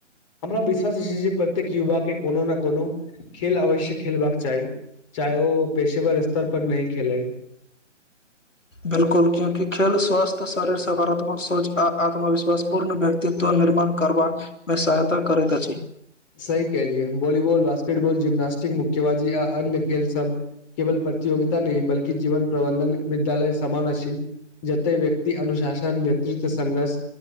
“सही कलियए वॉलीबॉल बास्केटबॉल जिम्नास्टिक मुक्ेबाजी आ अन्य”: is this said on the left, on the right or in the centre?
Left